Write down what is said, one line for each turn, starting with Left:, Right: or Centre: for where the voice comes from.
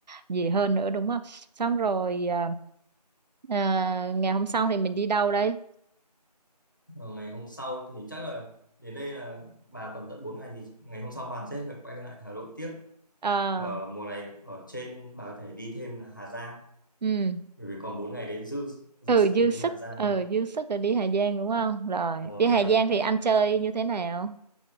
Right: gì hơn nữa đúng không xong rồi ờ, ờ, ngày hôm sau thì mình đi đâu đây
Left: Ờ, ngày hôm sau thì chắc là đến đây là bà còn tận 4 ngày thì ngày hôm sau bà sẽ phải quay lại Hà Nội tiếp
Right: Ờ,
Left: ở mùa này ở trên bà có thể đi thêm là Hà Giang
Right: ừ
Left: bởi vì còn 4 ngày đấy dư dư
Right: ừ
Left: sức
Right: dư
Left: để đi
Right: sức
Left: Hà Giang
Right: ừ
Left: luôn
Right: dư sức rồi đi Hà Giang đúng không rồi
Left: Mà
Right: đi Hà
Left: ngày đầu
Right: Giang thì anh chơi như thế nào